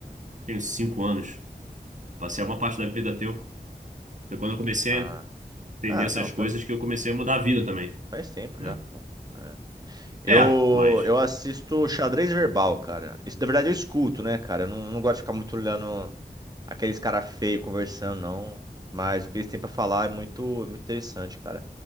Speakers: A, on the right; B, on the right.
A: tenho cinco anos. Passei uma parte da vida ateu. Foi quando eu comecei
B: Ah,
A: a entender
B: ah,
A: essas
B: não, faz
A: coisas que eu comecei a mudar a vida também,
B: faz tempo
A: né?
B: já. pô. É. Eu,
A: É, mas
B: eu assisto xadrez verbal, cara. Isso, na verdade, eu escuto, né, cara? Eu não, não gosto de ficar muito olhando aqueles cara feio conversando, não. Mas o que eles têm pra falar é muito, é muito interessante, cara.